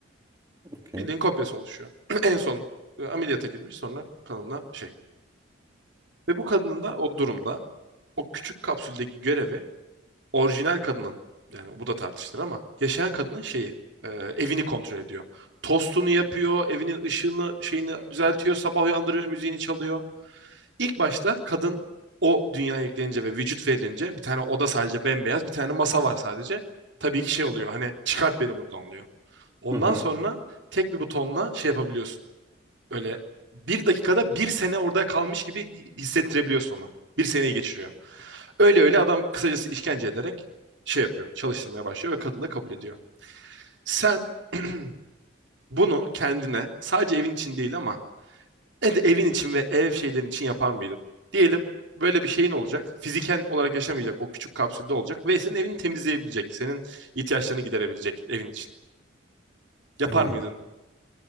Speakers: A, on the right (about 20°); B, on the right (about 70°).
A: Okey.
B: Bildiğin kopyası oluşuyor. <clears throat> En son e, ameliyata girmiş sonra kanına şey Ve bu kadının da o durumda o küçük kapsüldeki görevi orijinal kadının yani bu da tartışılır ama yaşayan kadının şeyi e, evini kontrol ediyor. Tostunu yapıyor, evinin ışığını şeyini düzeltiyor, sabah uyandırıyor, müziğini çalıyor. İlk başta kadın o dünyaya yüklenince ve vücut verilince bir tane oda sadece bembeyaz, bir tane masa var sadece. Tabii ki şey oluyor hani çıkart beni buradan oluyor. Ondan
A: Hı hı.
B: sonra tek bir butonla şey yapabiliyorsun Böyle bir dakikada bir sene orada kalmış gibi hissettirebiliyorsun ona. Bir seneyi geçiriyor. Öyle öyle adam kısacası işkence ederek şey yapıyor. Çalıştırmaya başlıyor ve kadın da kabul ediyor. Sen <clears throat> bunu kendine sadece evin için değil ama ne de evin için ve ev şeylerin için yapar mıydın? Diyelim böyle bir şeyin olacak. Fiziken olarak yaşamayacak. O küçük kapsülde olacak. Ve senin evini temizleyebilecek. Senin ihtiyaçlarını giderebilecek evin için. Yapar
A: Anladım.
B: mıydın?